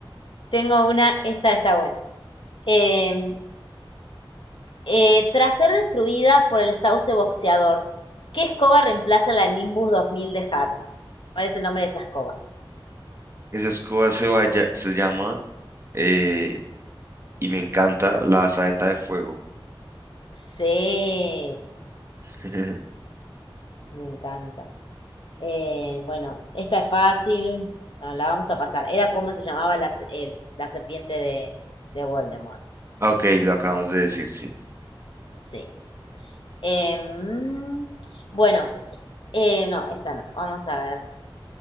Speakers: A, on the left (about 70°); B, on the right (about 30°).
A: tengo una, esta está buena. Eh, Eh, tras ser destruida por el sauce boxeador, ¿qué escoba reemplaza la Nimbus 2000 de Harry? ¿Cuál es el nombre de esa escoba?
B: Esa escoba se, vaya, se llama, eh, y me encanta, la saeta de fuego.
A: Sí,
B: <laughs>
A: me encanta. Eh, bueno, esta es fácil, no, la vamos a pasar. Era como se llamaba la, s- el- la serpiente de, de Voldemort.
B: Ah, Ok, lo acabamos de decir, sí.
A: Sí. Em, bueno, eh, no, esta no. Vamos a ver.